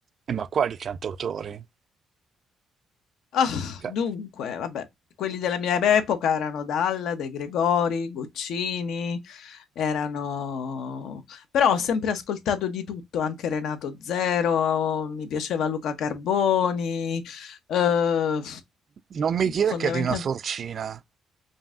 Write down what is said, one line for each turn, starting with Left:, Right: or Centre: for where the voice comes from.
Right: Eh, ma quali cantautori?
Left: Ah,
Right: Ca-
Left: dunque, vabbè, quelli della mia epoca erano Dalla, De Gregori, Guccini, erano... però ho sempre ascoltato di tutto, anche Renato Zero, mi piaceva Luca Carboni, eh,
Right: Non mi dire
Left: fondamentalmente...
Right: che è di una sorcina.